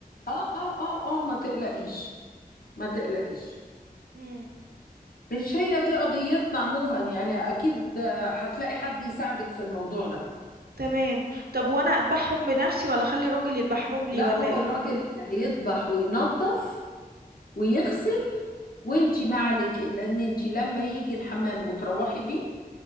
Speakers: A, on the left (about 70°); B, on the right (about 80°).
A: اه اه اه اه ما تقلقيش ما تقلقيش
B: مم.
A: مش هي دي قضيتنا عموما يعني اكيد آه، هتلاقي حد يساعدك في الموضوع ده
B: تمام طب وانا اذبحهم بنفسي ولا اخلي الراجل يذبحهم لي
A: لا
B: ولا
A: هو
B: ايه
A: الراجل اللي هيذبح وينظف ويغسل وانتي ما عليك لان انتي لما يجي الحمام وتروحي بيه